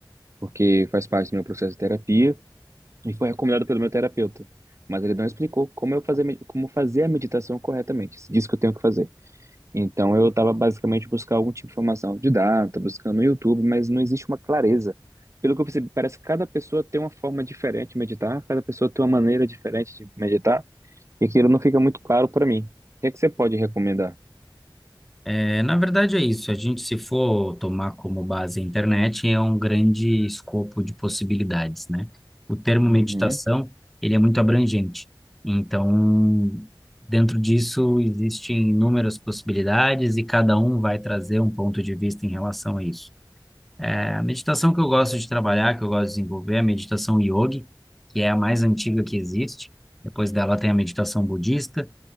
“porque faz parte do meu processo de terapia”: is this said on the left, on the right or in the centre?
Right